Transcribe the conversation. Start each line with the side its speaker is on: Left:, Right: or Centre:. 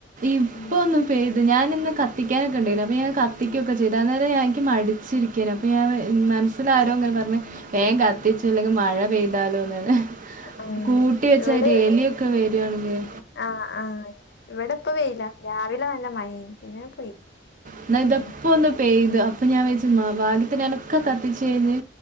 Right: ഇപ്പൊ
Left: ഉം
Right: ഒന്ന് പെയ്ത് ഞാനിന്ന് കത്തിക്കാനൊക്കെണ്ടായിരുന്നു അപ്പൊ ഞാൻ കത്തിക്കൊക്കെ ചെയ്തു അന്നേരം എനിക്ക് മ ടിച്ചിരിക്കയ്നു അപ്പൊ ഞാൻ മനസ്സിലാരോ ങ്ങനെ പറഞ്ഞ് വേഗം കത്തിചോ അല്ലെങ്കിൽ മഴ പെയ്താലോന്ന് ഹ്
Left: ആഹ്
Right: കൂട്ടി വെച്ചാലെ
Left: ഇവിടെ
Right: എലിയൊക്കെ വരാണെങ്കിയെ
Left: ആഹ് ആഹ് ഇവിടെപ്പ വെയില രാവിലെ നല്ല മഴേനി പിന്നെ പോയി.
Right: ഇന്നാ ഇതപ്പോ
Left: ഉം
Right: ഒന്ന് പെയ്തു അപ്പൊ ഞാൻ വെച്ച് മ ഭാഗ്യത്തിനാനൊക്കെ കത്തിച് കഴിഞ്ഞ്.